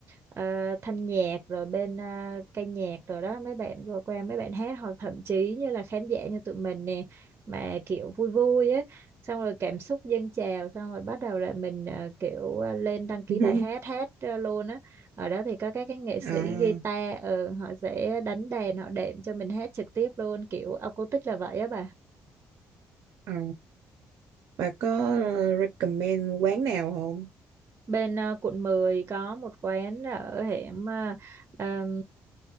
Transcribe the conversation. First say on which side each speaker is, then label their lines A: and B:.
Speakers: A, on the right; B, on the right.
A: ờ, thanh nhạc rồi bên ờ, ca nhạc rồi đó mấy bạn vừa qua mấy bạn hát hoặc thậm chí như là khán giả như tụi mình nè mà kiểu vui vui á xong rồi cảm xúc dâng trào xong rồi bắt đầu là mình ờ, kiểu ờ, lên đăng ký
B: <laughs>
A: bài hát hát ờ, luôn á ở đó thì có các cái nghệ sĩ
B: à,
A: guitar ờ, họ sẽ đánh đàn họ đệm cho mình hát trực tiếp luôn kiểu acoustic là vậy á bà
B: à, bà có ờ, recommend quán nào không
A: bên ờ, quận 10 có một quán ở hẻm ờ, ờm,